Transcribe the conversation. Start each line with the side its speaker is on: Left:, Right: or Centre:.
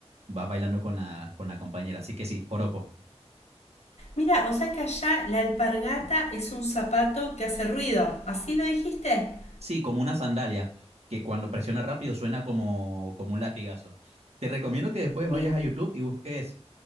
Right: va bailando con la, con la compañera. Así que sí, joropo.
Left: mira, o sea que allá la alpargata es un zapato que hace ruido. ¿Así lo dijiste?
Right: Sí, como una sandalia, que cuando presiona rápido suena como, como un latigazo. Te recomiendo que después vayas
Left: Mi-
Right: a YouTube y busques